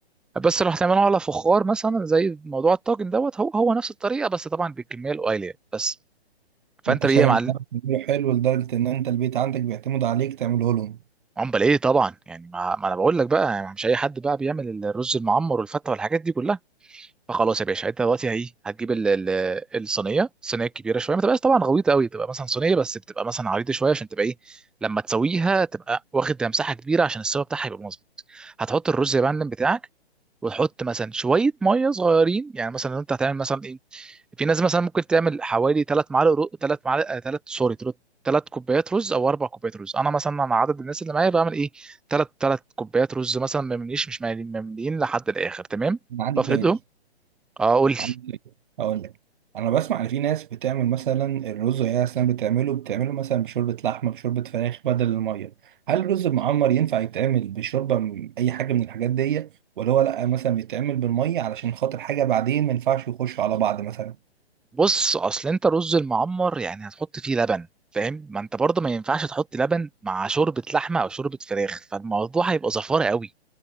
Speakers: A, in the centre; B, on the right.
A: بس لو هتعمله على فخار مثلا زي موضوع الطاجن دوت هو هو نفس الطريقه بس طبعا بالكميه القليله يعني. بس فانت
B: انت شكلك
A: بايه يا معلم
B: بتعرف تعمله حلو لدرجه ان انت البيت عندك بيعتمد عليك تعمله لهم
A: عمال ايه طبعا يعني ما, ما انا بقول لك بقى يعني مش اي حد بقى بيعمل الرز المعمر والفته والحاجات دي كلها فخلاص يا باشا انت دلوقتي هي هتجيب ال- ال- الصينيه الصينيه الكبيره شويه ما تبقاش طبعا غويطه قوي تبقى مثلا صينيه بس بتبقى مثلا عريضه شويه عشان تبقى ايه لما تسويها تبقى واخد مساحه كبيره عشان السوا بتاعها يبقى مظبوط هتحط الرز يا معلم بتاعك وتحط مثلا شويه ميه صغيرين يعني مثلا انت هتعمل مثلا ايه في ناس مثلا ممكن تعمل حوالي 3 معالق رو... 3 معالق 3 سوري 3 كوبايات رز او 4 كوبايات رز انا مثلا انا عدد الناس اللي معايا بعمل ايه 3 3 كوبايات رز مثلا ما يمليش مش ماليين ممليين لحد الاخر تمام
B: انا عندي
A: بفردهم
B: سؤال
A: اه قول لي
B: عندك اقول لك انا بسمع ان في ناس بتعمل مثلا الرز وهي اصلا بتعمله بتعمله مثلا بشوربه لحمه بشوربه فراخ بدل الميه هل الرز المعمر ينفع يتعمل بشوربه من اي حاجه من الحاجات دي ولا هو لا مثلا بيتعمل بالميه علشان خاطر حاجه بعدين ما ينفعش يخشوا على بعض مثلا
A: بص اصل انت رز المعمر يعني هتحط فيه لبن فاهم ما انت برضه ما ينفعش تحط لبن مع شوربه لحمه او شوربه فراخ فالموضوع هيبقى زفاره قوي